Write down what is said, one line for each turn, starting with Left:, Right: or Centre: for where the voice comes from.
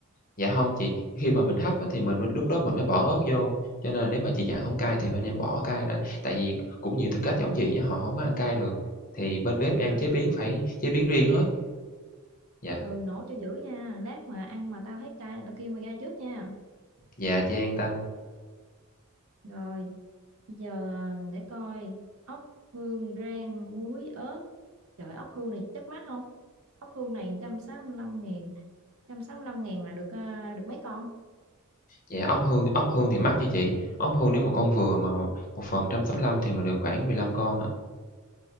Left: Dạ không chị, khi mà mình hấp á thì mình mới lúc đó mình mới bỏ ớt vô, cho nên là nếu mà chị dặn không cay thì bên em bỏ cay ra, tại vì cũng nhiều thực khách giống chị á, họ không có ăn cay được, thì bên bếp em
Right: Ừ,
Left: chế biến phải chế biến riêng hết. Dạ,
Right: ừ, nổ cho dữ nha. Lát mà ăn mà tao thấy cay là tao kêu mày ra trước nha.
Left: dạ, chị an tâm.
Right: Rồi. Bây giờ à, để coi ốc hương rang muối ớt trời ốc hương này chắc mắc không ốc hương này 165 ngàn 165 ngàn là được à, được mấy con
Left: Dạ, ốc hương ốc hương thì mắc nha chị, ốc hương nếu mà con vừa mà một phần trăm sáu mươi lăm thì mình được khoảng 15 con ạ.